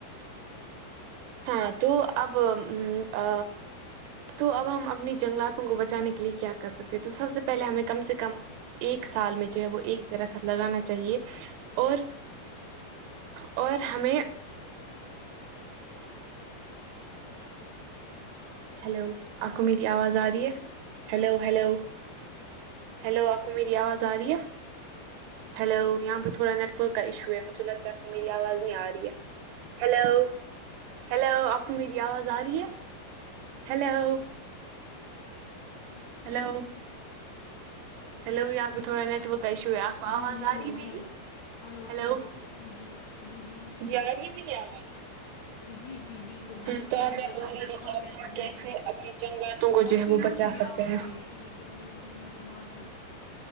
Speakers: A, on the right; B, on the left.
A: ہاں تو اب ام آ تو اب ہم اپنی جنگلاتوں کو بچانے کے لیے کیا کر سکتے ہیں تو سب سے پہلے ہمیں کم سے کم ایک سال میں جو ہے وہ ایک درخت لگانا چاہیے اور اور ہمیں ہلو آپ کو میری آواز آ رہی ہے ہلو ہلو ہیلو آپ کو میری آواز آ رہی ہے ہیلو یہاں پہ تھوڑا نیٹ ورک کا ایشو ہے مجھے لگتا ہے کہ میری آواز نہیں آ رہی ہے ہلوو ہیلو آپ کو میری آواز آ رہی ہے ہیلو
B: جی
A: ہیلو ہلو یہاں پہ تھوڑا نیٹورک ایشو ہے آپ کو
B: جی
A: آواز آ
B: ہلو
A: رہی ہے میری
B: ہلو ہلو
A: ہیلو
B: ہلو جی جی جی جی
A: جی آرہی ہے میر کی آواز
B: جی جی بل کل میں
A: ہاں
B: نے
A: تو
B: سنا
A: اب
B: میں
A: بول
B: آپ
A: رہی
B: کو
A: تھی
B: کانٹیکٹ
A: کہ اب ہم
B: کرنے
A: کیسے اپنی جنگاتوں
B: میں
A: جو
B: آپ
A: ہے
B: کو یہاں
A: وہ بچا
B: سے بھی
A: سکتے
B: آواز
A: ہیں
B: دے رہی تھی لیکن لیکن مجھے مجھے معذرت